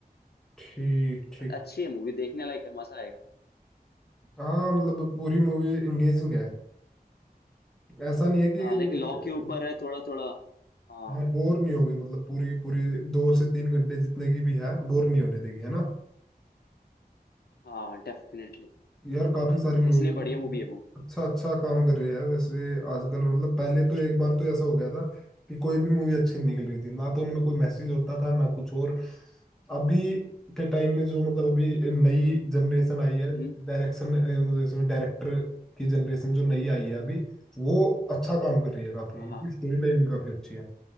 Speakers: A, in the centre; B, on the left (about 80°).
A: ठीक ठीक
B: बट अच्छी है मूवी देखने लायक है मजा आएगा
A: हाँ मतलब पूरी मूवी एंगेजिंग है ऐसा नहीं है कि
B: हाँ लाइक लॉ के ऊपर है थोड़ा थोड़ा हाँ
A: हाँ बोर नहीं होंगे मतलब पूरी की पूरी दो से तीन घंटे जितने की भी है बोर नहीं होने देगी है ना
B: हाँ डेफिनेटली
A: यार
B: लाइक
A: काफी सारी मूवी
B: इसलिए
A: है
B: बढ़िया मूवी है वो
A: अच्छा अच्छा काम कर रही है वैसे आजकल मतलब पहले तो एक बार तो ऐसा हो गया था कि कोई भी मूवी अच्छी नहीं निकल रही थी ना तो उनमें कोई मैसेज होता था ना कुछ और अभी के टाइम में जो मतलब अभी नई जनरेशन आई
B: हम्म
A: है डायरेक्शन मतलब इसमें डायरेक्टर की जनरेशन जो नई आई है अभी वो अच्छा काम कर रही है काफी
B: हाँ
A: इसकी
B: हाँ
A: स्टोरी लाइन भी काफी अच्छी है